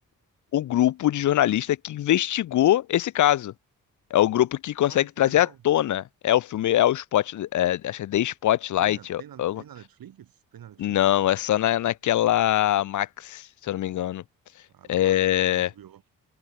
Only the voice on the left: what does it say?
o grupo de jornalista que investigou esse caso. É o grupo que consegue
trazer
à tona. É o filme, é o Spot, é, acho que é The Spotlight.
eu-
eu-
Não, é só na, naquela Max, se eu não me engano.
É,